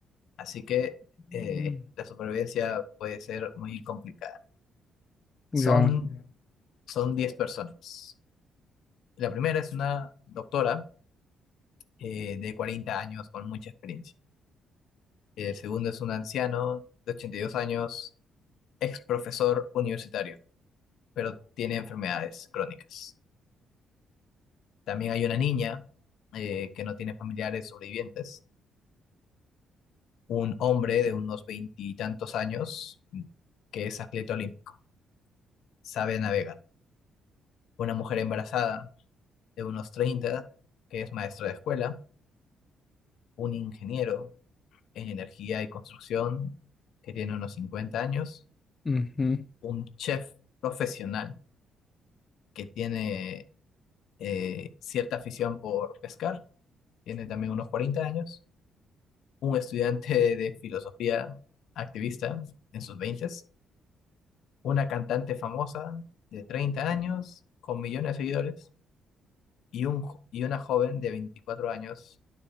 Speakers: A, on the left; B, on the left.
A: Así que
B: Mm,
A: eh, la supervivencia puede ser muy complicada.
B: Ya.
A: Son, son 10 personas. La primera es una doctora eh, de 40 años con mucha experiencia. El segundo es un anciano de 82 años, ex profesor universitario, pero tiene enfermedades crónicas. También hay una niña eh, que no tiene familiares sobrevivientes. Un hombre de unos veintitantos años que es atleta olímpico sabe navegar. Una mujer embarazada de unos 30 que es maestra de escuela, un ingeniero en energía y construcción, que tiene unos 50 años,
B: Ujú.
A: un chef profesional que tiene eh, cierta afición por pescar, tiene también unos 40 años, un estudiante de filosofía activista en sus veintes una cantante famosa de 30 años con millones de seguidores y, un, y una joven de 24 años